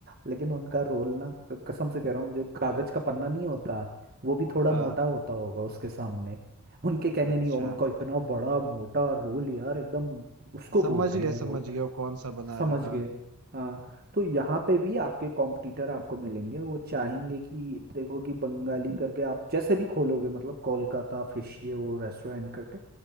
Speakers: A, on the right (about 45°); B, on the right (about 90°).
A: लेकिन उनका रोल ना क- कसम से कह रहा हूँ जो कागज का पन्ना नहीं होता वो भी थोड़ा
B: हाँ
A: मोटा होता होगा उसके सामने उनके कहने
B: अच्छा
A: नहीं हो उनका इतना बड़ा मोटा रोल यार एकदम उसको
B: समझ
A: बोलते
B: गया
A: हैं रोल
B: समझ गया वो कौन सा बना
A: समझ
B: रहा
A: गए
B: हाँ
A: हाँ तो यहाँ पे भी आपके कॉम्पिटिटर आपको मिलेंगे वो चाहेंगे कि देखो कि बंगाली करके आप जैसे भी खोलोगे मतलब कोलकाता फिश ये वो रेस्टोरेंट करके